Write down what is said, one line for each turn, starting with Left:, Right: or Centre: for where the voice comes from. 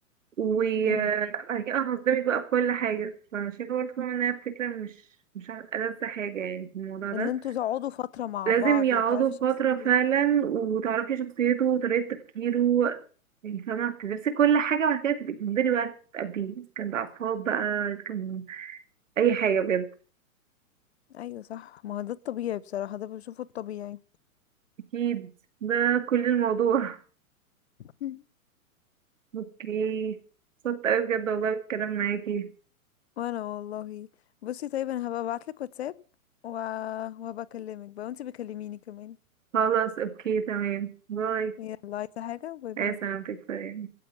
Right: وبعد
Left: امم
Right: كده هصدمك بقى في كل حاجه فشايفه برضه كمان انها فكره مش مش ألذ حاجه يعني في الموضوع
Left: اللي
Right: ده
Left: انتوا تقعدوا فترة مع
Right: لازم
Left: بعض
Right: يقعدوا
Left: وتعرفي
Right: فترة
Left: شخصيته
Right: فعلا وتعرفي شخصيته وطريقة تفكيره يعني فاهمة تدرسي كل حاجة وبعد كده تبقي تنزلي بقى تقابليه إذا كان بقى أصحاب بقى إذا كان أي حاجة بجد
Left: ايوه صح ما هو ده الطبيعي بصراحة ده بشوفه الطبيعي
Right: أكيد ده كل الموضوع <laughs>
Left: مم.
Right: اوكي اتبسطت أوي بجد والله بالكلام معاكي
Left: وانا والله بصي طيب انا هبقى ابعتلك واتساب و... وهبقى اكلمك بقى وانتي بكلميني كمان
Right: خلاص اوكي تمام باي
Left: يلا عايزة حاجة باي باي
Right: يا سلامتك سلام